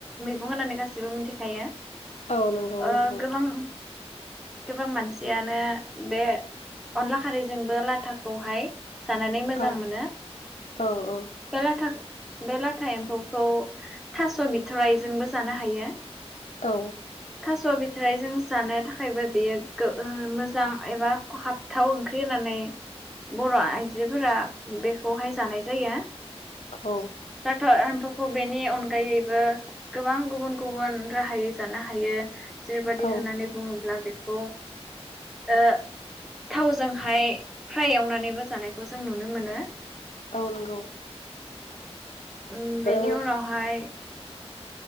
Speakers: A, in the centre; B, on the left.
A: मैगं होननानै गासैबो मिथिखायो।
B: औ नंगौ
A: ओ
B: नोंथां।
A: गोबां गोबां मानसियानो बे अनला खारैजोंबो लाथाखौहाय जानानै मोजां
B: औ
A: मोनो।
B: औ औ
A: बे लाथा बे लाथा एम्फौखौ थास बि थरायजोंबो जानो हायो।
B: औ।
A: थास बिथाइ जों जानो थाखायबो बेयो गो मोजां एबा खहाबथाव ओंख्रि होननानै बर' आइजोफोरा बेखौहाय जानाय जायो।
B: औ
A: दाथ खौ बेनि अनगायैबो गोबां गुबुन गुबुन राहायै जानो हायो। जेरैबाददि
B: औ
A: होननानै बुङोब्ला बे खौ ओ थावजोंहाय फ्राय एवनानैबो जानायखौ जों नुनो मोनो।
B: औ नंगौ।
A: उम बेनि
B: ओ
A: उनावहाय